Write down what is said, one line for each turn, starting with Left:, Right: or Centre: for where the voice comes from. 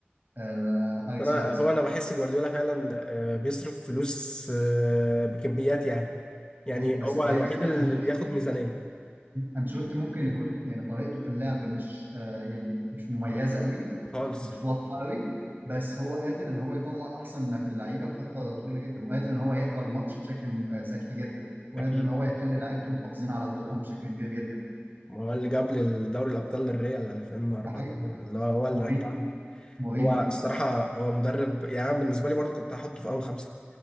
Right: آه، اليكس
Left: انا
Right: فيركس
Left: هو انا بحس جوارديولا فعلا آه، بيصرف فلوس آه، بكميات يعني يعني
Right: هي بس
Left: هو
Right: هيبقى
Left: الوحيد اللي
Right: انشيلوتي
Left: بياخد ميزانية
Right: انشيلوتي ممكن يكون يعني طريقته في اللعب مش آه، يعني مش مميزه قوي
Left: خالص
Right: مش واضحه قوي بس هو قادر ان هو يطلع احسن ما في اللعيبه في فتره طويله جدا وقادر ان هو يقرا الماتش بشكل م- آه، ذكي جدا وقادر
Left: اكيد
Right: ان هو يخلي لعيبته محافظين على هدوءهم بشكل كبير جدا ده
Left: ما هو اللي جاب للدوري الابطال للريال 2014
Right: حقيقي
Left: اللي هو هو اللي
Right: مورينيو
Left: رجعهم
Right: مورينيو
Left: هو الصراحة هو مدرب يعني أنا بالنسبة لي برضه كنت هحطه في اول خمسة